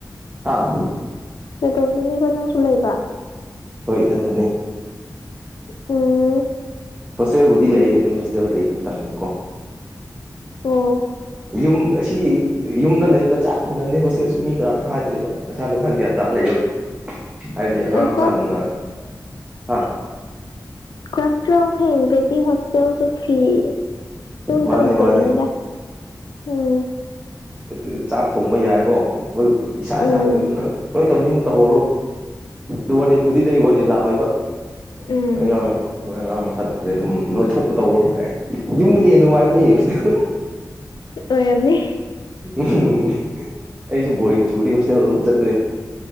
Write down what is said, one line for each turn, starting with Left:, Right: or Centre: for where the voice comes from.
Right: ꯑꯥ
Left: ꯅꯇꯣꯝꯗꯅꯦꯕ ꯅꯪꯁꯨ ꯂꯩꯕ
Right: ꯍꯣꯏ ꯏꯊꯟꯇꯅꯦ
Left: ꯎ
Right: ꯍꯣꯁꯇꯦꯜꯕꯨꯗꯤ ꯂꯩ ꯑꯗꯣ ꯍꯣꯁꯇꯦꯜꯗ ꯑꯩꯅ ꯇꯟꯕꯀꯣ
Left: ꯑꯣ
Right: ꯌꯨꯝ ꯑꯁꯤ ꯌꯨꯝꯗ ꯂꯩꯕ ꯆꯥꯞ ꯃꯥꯟꯅꯅꯤ ꯍꯣꯁꯇꯦꯜꯁꯨ ꯃꯤ ꯀꯔꯝꯇ ꯍꯥꯏꯗ꯭ꯔꯦꯕ ꯅꯁꯥ ꯅꯁꯥ ꯒ꯭ꯌꯥꯟ ꯇꯥ ꯂꯩꯌꯣ ꯍꯥꯏꯕꯗꯤ ꯑꯉꯥꯡ ꯃꯆꯥꯒꯨꯝꯅ
Left: ꯀ꯭ꯂꯥꯁ
Right: ꯍꯥꯥ
Left: ꯀꯂ꯭ꯁ ꯇꯨꯌꯦꯜꯞ ꯍꯌꯦꯡꯗꯒꯤ ꯍꯣꯁꯇꯦꯜꯁꯨ ꯐ꯭ꯔꯤ ꯑꯗꯨꯝ
Right: ꯃꯥꯅꯦ
Left: ꯇꯧꯈ꯭ꯔꯕꯅꯤꯗ
Right: ꯃꯥꯅꯦ
Left: ꯎꯝ
Right: ꯑ ꯑ ꯆꯥꯛ ꯊꯣꯡꯕ ꯌꯥꯏꯀꯣ ꯑꯩꯈꯣꯏ ꯑ ꯏꯁꯥ ꯏꯁꯥꯅ
Left: ꯎꯝ
Right: ꯀꯩꯅꯣ ꯅꯪ ꯂꯣꯏ ꯇꯝꯅꯤꯡꯕ ꯇꯧꯍꯧꯔꯣ ꯑ ꯋꯥꯔꯗꯦꯟꯕꯨꯗꯤ ꯂꯩ ꯋꯥꯔꯗꯦꯟ ꯂꯥꯛꯑꯣꯏꯕ
Left: ꯎꯝ
Right: ꯍꯣꯏ ꯑꯉꯥꯡ ꯅꯣꯏ ꯑꯉꯥꯡ ꯃꯆꯥ ꯅꯠꯇ꯭ꯔꯦ ꯑꯗꯨꯝ ꯅꯣꯏ ꯊꯣꯛꯄ ꯇꯧꯔꯣ ꯒꯥꯏ ꯌꯨꯝꯗꯒꯤ ꯍꯦꯟ ꯅꯨꯡꯉꯥꯏꯕꯅꯦ ꯍꯣꯁꯇꯦꯜ
Left: ꯑꯣꯏꯔꯝꯅꯤ
Right: ꯎꯍꯨꯝ ꯎ ꯑꯩꯖꯨ ꯕꯣꯔꯤꯡ ꯆꯨꯔꯗꯤ ꯍꯣꯁꯇꯦꯜ ꯑꯗꯨꯝ ꯆꯠꯂꯦ